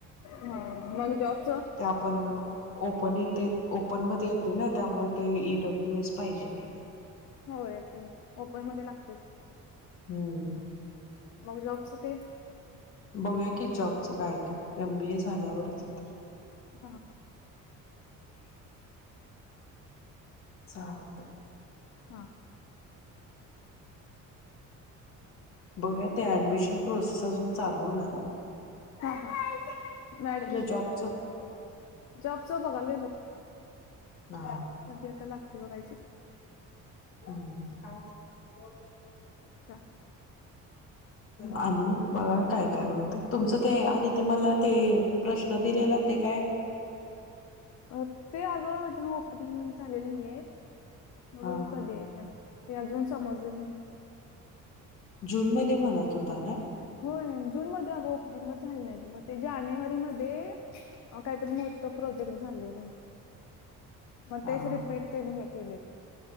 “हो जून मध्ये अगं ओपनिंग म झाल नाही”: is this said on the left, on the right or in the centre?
Left